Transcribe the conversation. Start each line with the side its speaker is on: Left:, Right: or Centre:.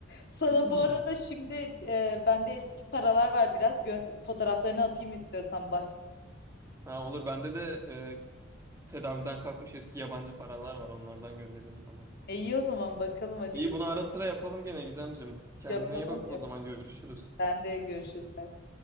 Left: Sana
Right: Hmm.
Left: bu arada şimdi e, bende eski paralar var biraz Gö- fotoğraflarını atayım istiyorsan bak.
Right: Ha, olur bende de e, tedavülden kalkmış eski yabancı paralar var onlardan göndereyim sana.
Left: E, iyi o zaman bakalım hadi
Right: İyi
Left: gör
Right: bunu ara sıra yapalım gene Gizemciğim. Kendine
Left: yapalım
Right: iyi bak
Left: mı?
Right: o zaman görüşürüz.
Left: Ben de görüşürüz. Bye.